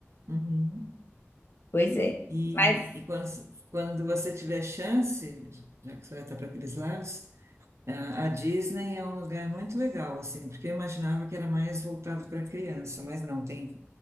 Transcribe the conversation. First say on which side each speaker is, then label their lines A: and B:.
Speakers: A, on the right; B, on the left.
A: Uhum.
B: Pois é.
A: E,
B: Mas,
A: e quando, quando você tiver chance, já que você vai estar para aqueles lados, ah, a Disney é um lugar muito legal, assim, porque eu imaginava que era mais voltado para criança, mas não, tem,